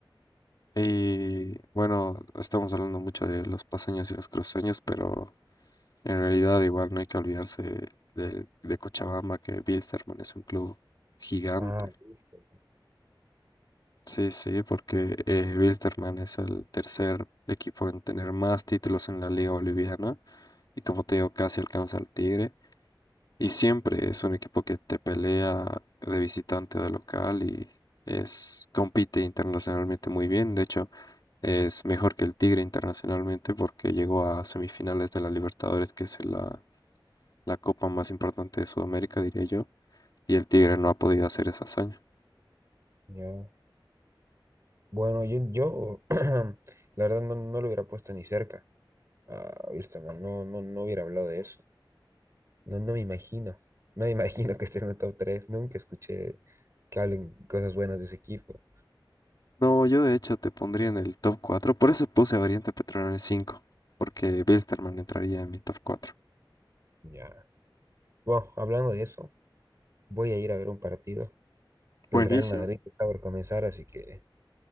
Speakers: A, on the left; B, on the right.
A: Y bueno, estamos hablando mucho de los paseños y los cruceños, pero en realidad igual no hay que olvidarse de, de Cochabamba, que Bilsterman es un club gigante.
B: Ah, viste,
A: Sí, sí, porque eh, Wilstermann es el tercer equipo en tener más títulos en la Liga Boliviana y como te digo, casi alcanza al Tigre. Y siempre es un equipo que te pelea de visitante o de local y es, compite internacionalmente muy bien. De hecho, es mejor que el Tigre internacionalmente porque llegó a semifinales de la Libertadores, que es la, la copa más importante de Sudamérica, diría yo, y el Tigre no ha podido hacer esa hazaña.
B: ya. Bueno, yo, yo <clears throat> la verdad no, no lo hubiera puesto ni cerca a Wilstermann, no, no, no hubiera hablado de eso. No, no me imagino, no me <laughs> imagino que esté en el top tres Nunca escuché que hablen cosas buenas de ese equipo.
A: No, yo de hecho te pondría en el top 4. Por eso puse a Oriente Petrolero en 5, porque Bilsterman entraría en mi top cuatro.
B: Ya. Bueno, hablando de eso, voy a ir a ver un partido
A: Buenísimo.
B: del Real Madrid que está por comenzar, así que...